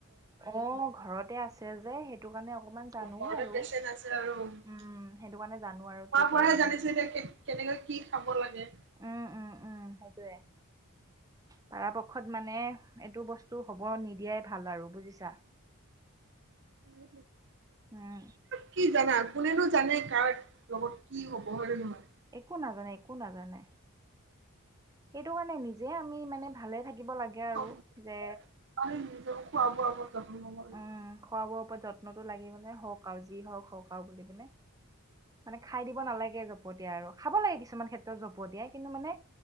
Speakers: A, on the right; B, on the right.
A: অ ঘৰতে আছে। আছে যে সেইটো কাৰণে। অকমান জানো
B: ঘৰতে
A: আৰু
B: পেচেণ্ট আছে আৰু খোৱা
A: উম, সেইটো কাৰণে জানো আৰু কি কৰিব
B: বোৱা হে জানিছো
A: লাগে।
B: এতিয়া কে কেনেকৈ কি খাব লাগে।
A: উম উম উম সেইটোয়ে পৰাপক্ষত মানে এইটো বস্তু হব নিদিয়াই ভাল আৰু বুজিছা।
B: হয়।
A: উম,
B: কি জানাত। কোনেনো জানে কাৰ লগত কি হ'ব হয় নহয়।
A: একো নাজানে একো নাজানে। সেইটো কাৰনে নিজে আমি মানে ভালে। থাকিব লাগে আৰু
B: আমি
A: যে
B: নিজৰ খোৱা বোৱা ওপৰত যত্ন ল'ব লাগিব।
A: উম খোৱ বোৰৰ ওপৰত যত্ন। যত্নতটো লাগিবলে হওক আৰু যি হওক হক আৰু বুলি পিনে। মানে খাই দিব নালাগে। হ দিয়া আৰু খাব লাগে কিছুমান ক্ষেত্ৰত জপ দিয়াই কিন্তু মানে